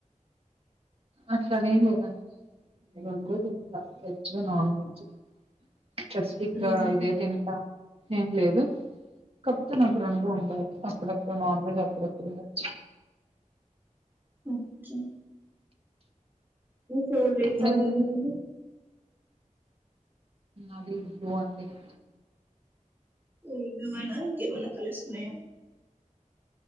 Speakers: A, on the right; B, on the right.
A: అట్ల అని ఏం లేదండి ఈ రెండ రోజులు వెజ్ నోన్ వెెజ్ స్పెసిఫిక్
B: అవును
A: గా ఇదే తినటం ఏం లేదు కాకపోతే నాకు రెండు ఉండాలి అప్పుడప్పుడు నాన్ వెజ్ అప్పుడప్పుడు వెజ్
B: ఒకే మీ ఫేవరెట్ కలర్
A: మీరేం
B: ఏంటడి
A: అది <unintelligible>
B: <unintelligible> ఇంకేమన్నా కలుస్తున్నాయా